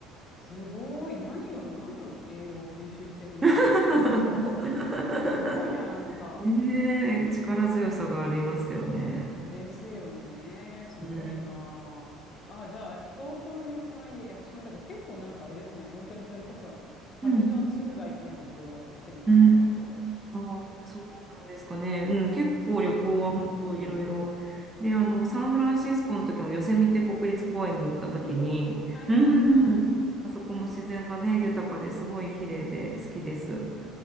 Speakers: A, on the left (about 45°); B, on the right (about 20°).
A: すごい。何を、何の栄養を吸収してるんだろう、
B: <laughs>
A: 2 0年も。<laughs> すごいな、なんか。
B: ねえ、力強さがありますよね。
A: へえ。ですよね。すごいなあ。
B: うん、
A: あ、じゃあ、東京にお住まいで屋久島とか結構なんかあれですね。本当にそれこそ旅の通が行くようなところ行ってるんですね、
B: うん、うん
A: 割と。
B: あーそうなんですかね。うん、結構旅行は本当いろいろ。
A: うーん。
B: で、あの、サンフランシスコの時もヨセミテ国立公園に行った時に、
A: うん、はいはいはい。
B: うん、あそこも自然がね、豊かですごい綺麗で好きです。